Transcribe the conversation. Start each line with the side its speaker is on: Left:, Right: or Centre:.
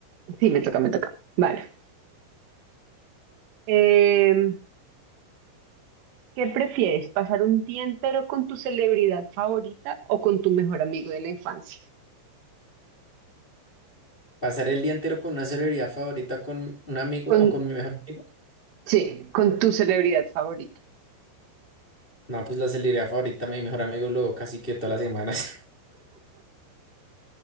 Right: Sí, me toca, me toca. Vale. Em, ¿qué prefieres? ¿Pasar un día entero con tu celebridad favorita o con tu mejor amigo de la infancia?
Left: Pasar el día entero con una celebridad favorita, con un amigo
Right: Con,
Left: o con mi mejor amigo.
Right: sí, con tu celebridad favorita.
Left: No, pues la celebridad favorita, mi mejor amigo, lo casi que todas las semanas. <laughs>